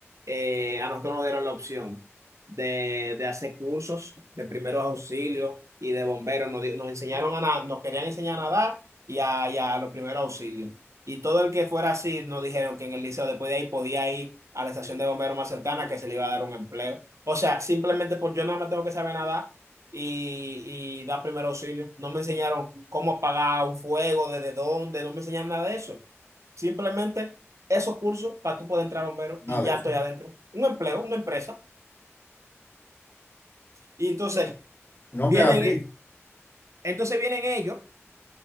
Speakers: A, on the right; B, on the left.
A: eh, a nosotros nos dieron la opción de, de hacer cursos de primeros auxilios y de bomberos. Nos, di- nos enseñaron a nadar, nos querían enseñar a nadar y a, y a los primeros auxilios. Y todo el que fuera así nos dijeron que en el liceo después de ahí podía ir a la estación de bomberos más cercana que se le iba a dar un empleo. O sea, simplemente por yo no me tengo que saber nadar y, y dar primer auxilio. No me enseñaron cómo apagar un fuego, desde dónde, no me enseñaron nada de eso. Simplemente esos cursos para tú poder entrar bombero
B: Nada
A: y ya
B: de eso.
A: estoy adentro. Un empleo, una empresa. Y entonces
B: No
A: vienen,
B: que así.
A: e- entonces vienen ellos